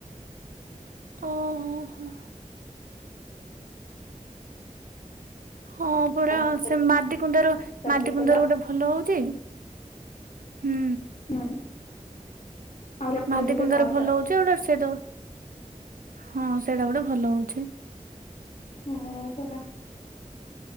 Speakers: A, on the right; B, on the left.
A: ଓହୋ ହ ହଁ ପୁରା
B: ପଇସା
A: ସେ ମାଦିକୁୁନ୍ଦାର ମାଦିକୁନ୍ଦାରୁ
B: ଲସ୍ ହେଲା
A: ଗୋଟେ ଭଲ ହଉଛି ହୁଁ।
B: ହୁଁ <unintelligible> ଆପଣ
A: ମାଦି
B: ଯୋଉଟା
A: କୁନ୍ଦାରୁ
B: ଖାଉ
A: <unintelligible> ହଁ ସେଇଟା ଗୋଟେ ଭଲ ହଉଛି।
B: ହୁଁ <unintelligible>